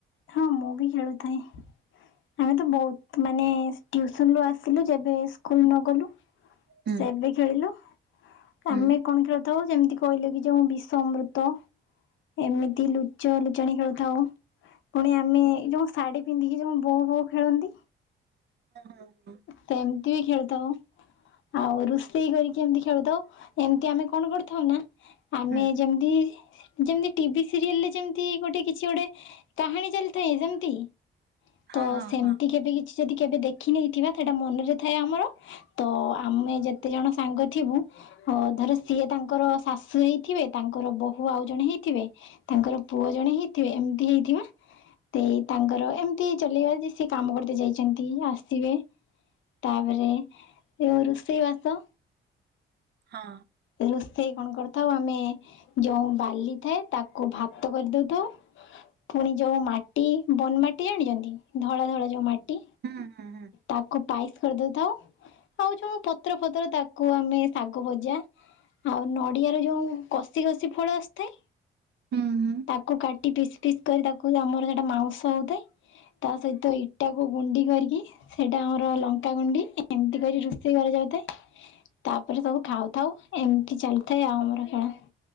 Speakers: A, on the left; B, on the right.
A: ହଁ ମୁଁ ବି ଖେଳୁଥାଏ। ଆମେ ତ ବହୁତ ମାନେ ତିୟୁସନ ଆସିଲେ ଯେବେ ସ୍କୁଲ ନ ଗଲୁ
B: ହୁଁ
A: ସେବେ ଖେଳିଲୁ ଆମେ
B: ହୁଁ।
A: କଣ ଖେଳୁଥାଉ ଯେମିତି କହିଲେ କି ଯଉ ବିଶ ଅମୃତ। ଏମିତି ଲୁଚ ଲୁଚାଣି ଖେଳୁଥାଉ ପୁଣି ଆମେ ଏଇ ଯୋଉ ଶାଢ଼ୀ ପିନ୍ଧିକି ଯୋଉ ବୋଉ ବୋଉ ଖେଳନ୍ତି।
B: ହଁ ହଁଁ।
A: ସେମିତି ବି ଖେଳୁଥାଉ। ଆଉ ରୋଷେଇ କରିକି ଏମତି ଖେଳୁଥାଉ। ଏମିତି ଆମେ କଣ କରିଥାଉ ନା ଆମେ
B: ହୁଁ
A: ଯେମିତି ଯେମତି ଟିଭି ସିରିଏଲ ରେ ଯେମିତି ଗୋଟେ କିଛି ଗୋଟେ କାହାଣୀ ଚାଲିଥାଏ ଯେମିତି
B: ହଁ
A: ତ
B: ହଁ
A: ସେମିତି
B: ହଁ
A: କେବେ କିଛି ଯଦି କେବେ ଦେଖିନେଇଥିବା ସେଇଟା ମନରେ ଥାଏ ଆମର। ତ ଆମେ ଯେତେ ଜଣ ସାଙ୍ଗ ଥିବୁ ଧର ସିଏ ତାଙ୍କର ଶାଶୁ ହେଇଥିବେ ତାଙ୍କର ବୋହୂ ଆଉ ଜଣେ ହେଇଥିବେ। ତାଙ୍କର ପୁଅ ଜଣେ ହେଇଥିବେ ଏମିତି ହେଇଥିବେ। ସେଇ ତାଙ୍କର ଏମିତି ଚଲେଇବା ଯେ ସେ କାମ କରତେ ଯାଇଛନ୍ତି ଆ ସିଏ ତାପରେ ରୋଷେଇ ବାସ
B: ହଁ।
A: ରୋଷେଇ କଣ କରିଥାଉ ଆମେ ଯୋଉ ବାଲି ଥାଏ ତାକୁ ଭାତ କରିଦଉଥାଉ। ପୁଣି ଯୋଉ ମାଟି ବନ ମାଟି ଜାଣିଛନ୍ତି ଧଳା ଧଳା ଯୋଉ ମାଟି
B: ହୁଁ ହୁଁ
A: ତାକୁ ପାଇସ୍ କରିଦଉଥାଉ ଆଉ ଯୋଉ ପତ୍ର ଫତ୍ର ତାକୁ ଆମେ ଶାଗ ଭଜା ଆଉ ନଡିଆ ରେ ଯୋଉ କଷି କଷି ଫଳ ଆସିଥାଏ
B: ହୁଁ ହୁଁ ହୁଁ।
A: ତାକୁ କାଟି ଟିକି ପିସ୍ ପିସ୍ କରି ତାକୁ ଆମର ସେଇଟା ମାଉଁସ ହୋଇଥାଏ ତା ସହିତ ଇଟାକୁ ଗୁଣ୍ଡି କରିକି ସେଇଟା ଆମର ଲଙ୍କାଗୁଣ୍ଡି ଏମିତି କରି ରୋଷେଇ କରାଯାଉଥାଏ। ତାପରେ ସବୁ ଖାଉଥାଉ ଏମିତି ଚାଲିଥାଏ ଆଉ ଆମର ଖେଳ।